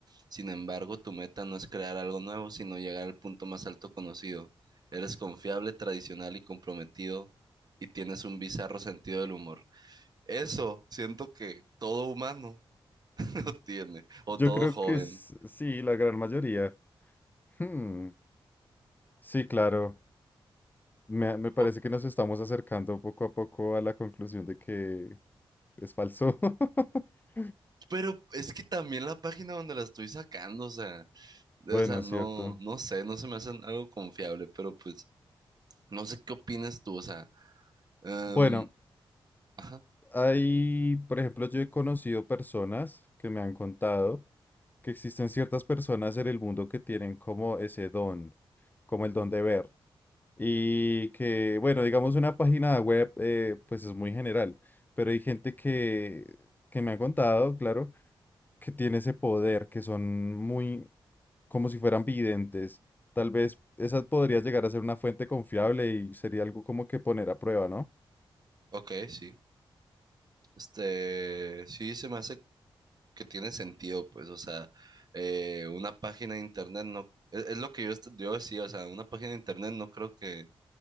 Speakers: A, on the right (about 45°); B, on the left (about 20°).
A: Sin embargo, tu meta no es crear algo nuevo, sino llegar al punto más alto conocido. Eres confiable, tradicional y comprometido y tienes un bizarro sentido del humor. Eso siento que todo humano <laughs> lo tiene, o
B: Yo
A: todo
B: creo
A: joven.
B: que s- sí, la gran mayoría. Hmm, Sí, claro. Me, me parece
A: O-
B: que nos estamos acercando poco a poco a la conclusión de que es falso. <laughs>
A: Pero es que también la página donde la estoy sacando, o sea,
B: Bueno,
A: o sea,
B: es
A: no,
B: cierto.
A: no sé, no se me hace algo confiable, pero pues no sé qué opinas tú, o sea, em,
B: Bueno,
A: ajá,
B: hay, por ejemplo, yo he conocido personas que me han contado que existen ciertas personas en el mundo que tienen como ese don, como el don de ver. Y que, bueno, digamos una página web, eh, pues es muy general, pero hay gente que, que me ha contado, claro que tiene ese poder, que son muy como si fueran videntes. Tal vez esa podría llegar a ser una fuente confiable y sería algo como que poner a prueba, ¿no?
A: ok, sí. Este, sí, se me hace que tiene sentido, pues, o sea, eh, una página de internet no, es, es lo que yo, est- yo decía, o sea, una página de internet no creo que